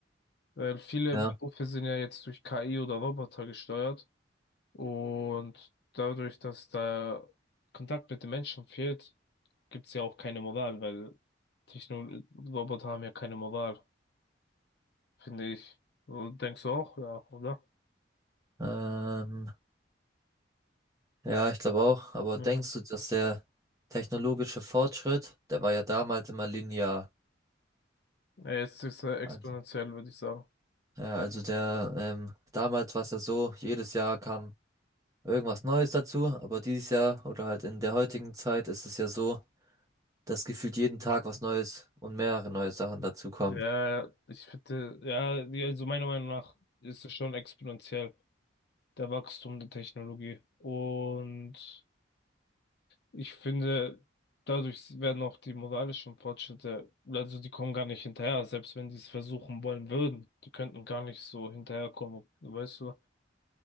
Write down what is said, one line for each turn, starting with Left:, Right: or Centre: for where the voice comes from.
Left: Weil viele
Right: Ja,
Left: Berufe sind ja jetzt durch KI oder Roboter gesteuert. Und dadurch, dass da Kontakt mit den Menschen fehlt, gibt's ja auch keine Moral, weil Technologie-Roboter haben ja keine Moral, finde ich. Du denkst du auch, ja, oder?
Right: ähm, ja, ich glaube auch. Aber
Left: Mhm.
Right: denkst du, dass der technologische Fortschritt, der war ja damals immer linear.
Left: Ja, jetzt ist er exponentiell,
Right: Also,
Left: würde ich sagen.
Right: ja, also der, ähm, damals war es ja so, jedes Jahr kam irgendwas Neues dazu, aber dieses Jahr oder halt in der heutigen Zeit ist es ja so, dass gefühlt jeden Tag was Neues und mehrere neue Sachen dazu kommen.
Left: Ja, ich finde, ja, die- also meiner Meinung nach ist es schon exponentiell, der Wachstum der Technologie. Und Ich finde, dadurch werden auch die moralischen Fortschritte, also die kommen gar nicht hinterher, selbst wenn die es versuchen wollen würden. Die könnten gar nicht so hinterherkommen, weißt du?